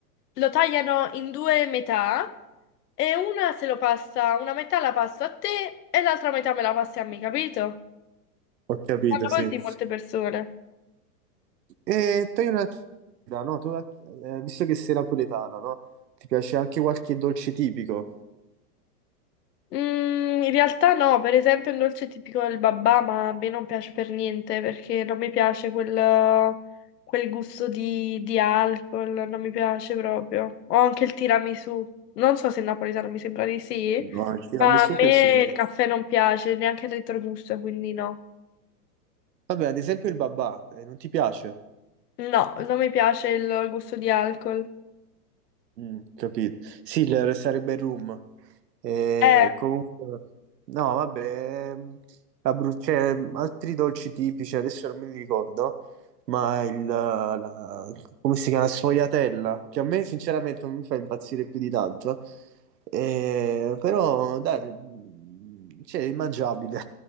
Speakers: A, on the left (about 75°); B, on the right (about 85°).
A: lo tagliano in due metà e una se lo passa, una metà la passo a te e l'altra metà me la passi a me, capito?
B: ho capito,
A: Fanno
B: sì.
A: così molte persone.
B: E togli una curiosità, no? Tu, eh, visto che sei napoletano, no? Ti piace anche qualche dolce tipico?
A: Mm, in realtà no, per esempio il dolce tipico del babà, ma a me non piace per niente perché non mi piace quel, quel gusto di, di alcol, non mi piace proprio. O anche il tiramisù, non so se è napoletano, mi sembra di sì,
B: No, il tiramisù
A: ma a me
B: penso di no.
A: il caffè non piace, neanche il retrogusto, quindi no.
B: Vabbè, ad esempio il babà, eh, non ti piace?
A: No, non mi piace il gusto di alcol.
B: Mm, capito. Sì, il- sarebbe Room. Eh,
A: Eh.
B: comunque, no, vabbè, ehm, la bru- cioè, altri dolci tipici, adesso non me li ricordo, ma il, la, la- come si chiama, la sfogliatella, che a me sinceramente non mi fa impazzire più di tanto, Eh, però dai, mm, cioè, è mangiabile.